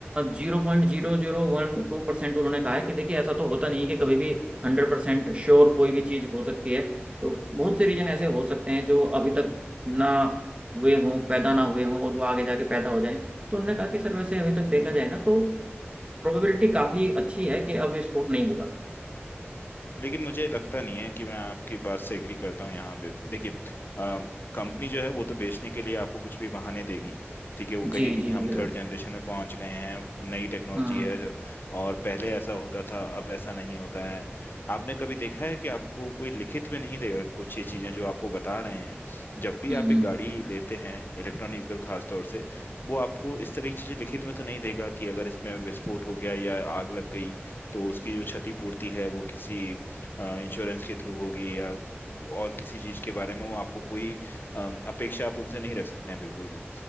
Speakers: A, on the right (about 25°); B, on the left (about 50°).
A: जीरो पॉइंट जीरो जीरो वन टू परसेंट उन्होंने कहा है कि देखिए ऐसा तो होता नहीं है कि कभी भी हंड्रेड परसेंट श्योर कोई भी चीज़ हो सकती है तो बहुत से रीजन ऐसे हो सकते हैं जो अभी तक ना हुए हों पैदा ना हुए हों और वो आगे जाके पैदा हो जाएं तो उन्होंने कहा कि सर वैसे अभी तक देखा
B: है
A: जाए ना तो प्रोबेबिलिटी काफ़ी अच्छी है कि अब विस्फोट नहीं होगा
B: लेकिन मुझे लगता नहीं है कि मैं आपकी बात से एग्री करता हूँ यहाँ पे देखिए अम, कंपनी जो है वो तो बेचने के लिए आपको कुछ भी बहाने देगी ठीक है वो
A: जी
B: कहेगी
A: जी
B: कि
A: जी
B: हम
A: बिल्कुल
B: थर्ड जनरेशन में पहुंच गए हैं नई टेक्नोलॉजी
A: हम्म
B: है और पहले ऐसा होता था अब ऐसा नहीं होता है आपने कभी देखा है कि आपको कोई लिखित में नहीं देगा कुछ ये चीजें जो आपको बता रहे हैं जब भी
A: हम्म
B: आप एक गाड़ी लेते हैं इलेक्ट्रॉनिक व्हीकल खास तौर से वो आपको इस तरह की चीजें लिखित में तो नहीं देगा कि अगर इसमें विस्फोट हो गया या आग लग गई तो उसकी जो क्षतिपूर्ति है वो किसी इंश्योरेंस के थ्रू होगी या और किसी चीज के बारे में वो आपको कोई अम, अपेक्षा आप उनसे नहीं रख सकते हैं बिल्कुल भी